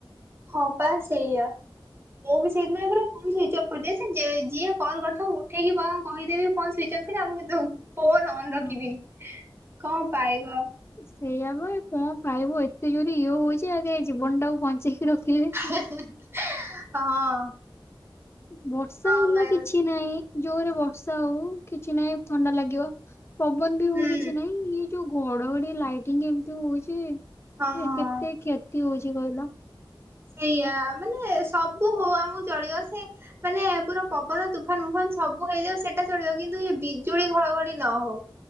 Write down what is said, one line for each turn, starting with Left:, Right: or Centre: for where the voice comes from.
Right: ହଁ ପା ସେଇଆ। ମୁଁ ବି ସେଇଥିପାଇଁ ପୂରା ଫୋନ୍ ସୁଇଚ୍ଚଅଫ୍ କରିଦେଇଚି ଯିଏ କଲ୍ କରିଥାଉ ଉଠେଇକି କହିଦେବି ଫୋନ ସୁଇଚ ଅ ମୁଁ କିନ୍ତୁ ଫୋନ୍ ଅନ
Left: ହଁ
Right: ରଖିନି କଣ ପାଇବ।
Left: ସେଇଆବା କଣ ପାଇବୁ ଏତେ ଜୋରି ଇଏ ହଉଛି ଆଗେ ଜୀବନ ଟାକୁ ବଞ୍ଚେଇକି ରଖିଲେ। ହେଲା।
Right: ହଁ।
Left: ବର୍ଷା
Right: କଣ
Left: ହେଲା
Right: ପାଇବ
Left: କିଛି ନାହିଁ ଜୋରେ ବର୍ଷା ହଉ କିଛି ନାହିଁ ଥଣ୍ଡା ଲାଗିବ। ପବନ ବି ହଉ
Right: ହୁଁ
Left: କିଛି ନାଇଁ ଇଏ ଯୋଉ ଘଡଘଡି ଲାଇଟିଙ୍ଗ ଏମିତି ହଉଛି
Right: ହଁ
Left: କେ
Right: ହଁ।
Left: କେତେ କ୍ଷତି ହଉଛି କହିଲ।
Right: ସେଇଆା ମାନେ ସବୁ ହଉ ଆମକୁ ଚଳିବ ସେ ମାନେ ପୁରା ପବନ ତୁଫାନ ଉୁଫାନ ସବୁ ହେଇଯାଉ ସେଇଟା ଚଳିବ କିନ୍ତୁ ଏ ବିଜୁଳି ଘଡଘଡି ନ ହଉ।